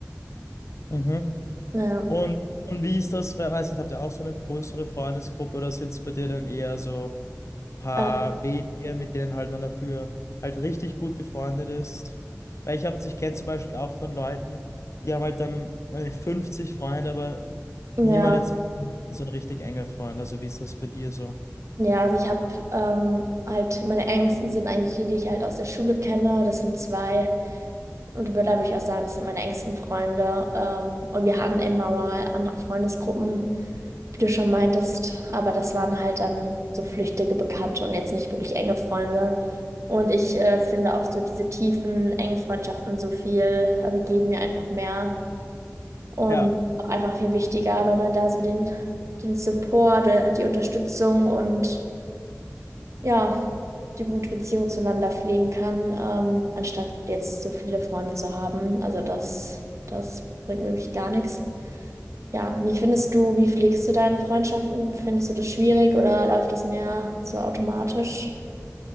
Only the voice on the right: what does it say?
Ja,
äh,
ja,
ja, also ich habe ähm, halt, meine engsten sind eigentlich die, die ich halt aus der Schule kenne. Das sind zwei. Und würde aber ich auch sagen, das sind meine engsten Freunde. Ähm, und wir hatten immer mal andere Freundesgruppen, wie du schon meintest. Aber das waren halt dann so flüchtige Bekannte und jetzt nicht wirklich enge Freunde. Und ich äh, finde auch so diese tiefen, engen Freundschaften so viel, also geben mir einfach mehr und
auch einfach viel wichtiger, weil man da so den, den Support, äh, die Unterstützung und ja, die gute Beziehung zueinander pflegen kann, ähm, anstatt jetzt so viele Freunde zu haben. Also das, das bringt mir wirklich gar nichts. Ja, wie findest du, wie pflegst du deine Freundschaften? Findest du das schwierig oder läuft das mehr so automatisch?